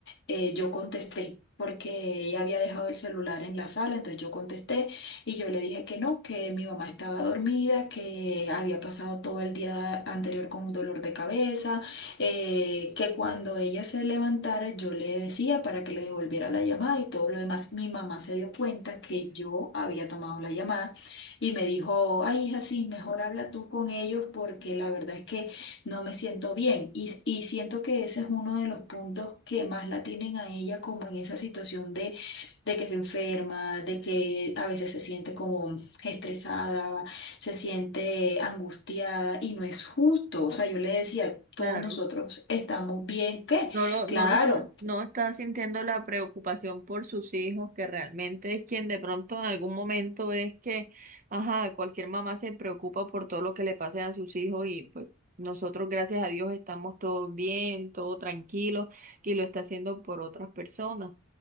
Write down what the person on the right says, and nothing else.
claro
No lo,
no lo está, no está sintiendo la preocupación por sus hijos, que realmente es quien de pronto en algún momento es que, ajá, cualquier mamá se preocupa por todo lo que le pase a sus hijos y pues nosotros, gracias a Dios, estamos todos bien, todo tranquilo y lo está haciendo por otras personas